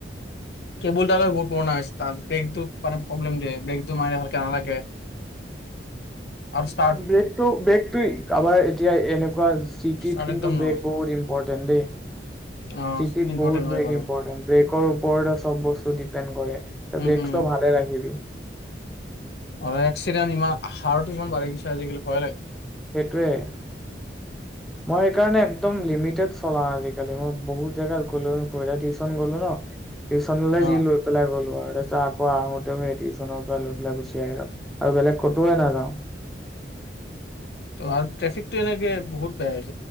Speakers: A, on the left; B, in the centre.
A: কেবল ডালে বহুত পুৰণা হৈছে তাৰ ব্ৰেকটো মানে প্ৰব্লেম দিয়ে ব্ৰেকটো মাৰে ভালকে নালাগে। আৰু ষ্টাৰ্ট
B: উ ব্লেক তো ব্ৰেগতো আমাৰ এতিয়া এনেকোৱা হৈছে চিটিত
A: ষ্টাৰ্ট
B: কিন্তু
A: একদম নহয়
B: ব্ৰেক বহুত ইম্পৰ্টেণ্ট তেন্তে
A: অ
B: চিটিত
A: ইম্পৰ্টেণ্ট
B: বহুত
A: হয়
B: ব্ৰেক
A: বাৰু
B: ইম্পৰ্টেণ্ট ব্ৰেক মুঠৰ ওপৰতে চব বস্তু ডিপেণ্ড কৰে তই
A: উম
B: ব্ৰেকতো
A: উম
B: ভালে ৰাখিবি।
A: অ এক্সিডেণ্ট ইমান হাৰতো ইমান বাঢ়ি গৈছে আজিকালি ভয় লাগে।
B: সেইটোৱে মই সেইকাৰণে একদম লিমিটেড চলাওঁ আজিকালি মই বহুত জেগাত গলো টিউশচন গলো ন টিউশ্যনলে
A: অ
B: যি লৈ পেলাই গ'লো আৰু ত আকৌ আহোতেও সেই টিউশনৰ পৰা লৈ পেলাই গুচি আহিলো আৰু বেলেগ কতোৱে নাযাওঁ।
A: ত আৰু ট্ৰেফিকটো এনেকে বহুত বেয়া